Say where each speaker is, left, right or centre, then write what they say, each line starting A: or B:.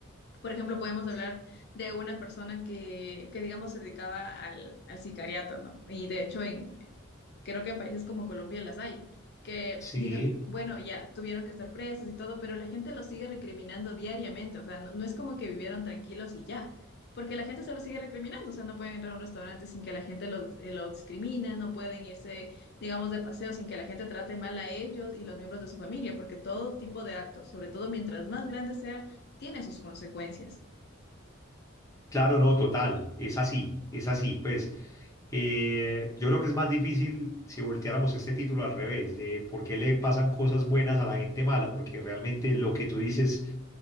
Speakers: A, on the left; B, on the left.
A: Por ejemplo, podemos hablar de una persona que, que digamos, se dedicaba al, al sicariato, ¿no? Y de hecho, en, creo que en países como Colombia las hay, que
B: sí,
A: diga, Sí. bueno, ya tuvieron que estar presos y todo, pero la gente los sigue recriminando diariamente, o sea, no, no es como que vivieron tranquilos y ya, porque la gente se los sigue recriminando, o sea, no pueden entrar a un restaurante sin que la gente los, eh, los discrimine, no pueden irse, digamos, de paseo sin que la gente trate mal a ellos y los miembros de su familia, porque todo tipo de actos, sobre todo mientras más grande sea, tiene sus consecuencias.
B: Claro, no, total, es así, es así. Pues eh, yo creo que es más difícil si volteáramos este título al revés, de por qué le pasan cosas buenas a la gente mala, porque realmente lo que tú dices